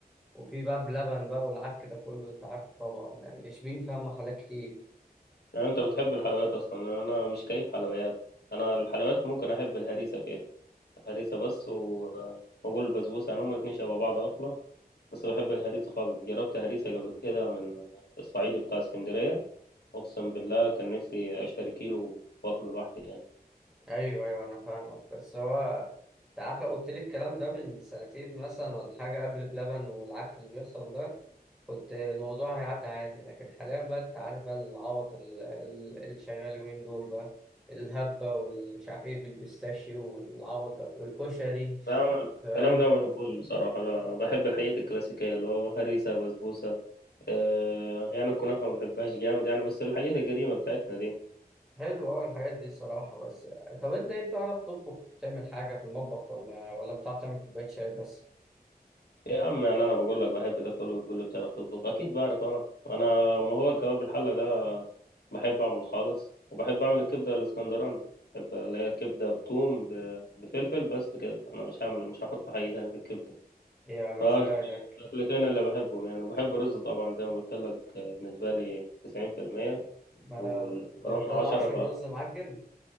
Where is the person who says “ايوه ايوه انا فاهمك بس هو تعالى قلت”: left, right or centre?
Centre